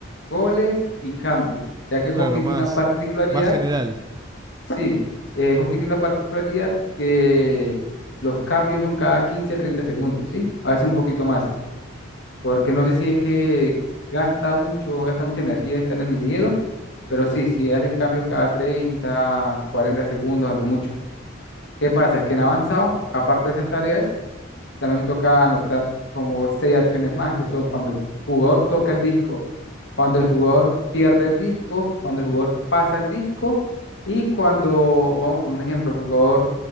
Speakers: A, on the left; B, on the right.
A: goles y cambios, ya que el
B: claro,
A: hockey
B: más,
A: tiene una particularidad
B: más general.
A: Sí, eh, hockey tiene una particularidad que los cambios son cada 15 a 30 segundos, ¿sí? A veces un poquito más, porque no sé si es que gasta mucho, gasta mucha energía estar en el hielo, pero sí, sí hacen cambios cada 30, 40 segundos a lo mucho. ¿Qué pasa? Que en avanzado, aparte de esas tareas, también me toca anotar como seis acciones más, que son cuando el jugador toca el disco, cuando el jugador pierde el disco, cuando el jugador pasa el disco y cuando, vamos por un ejemplo, el jugador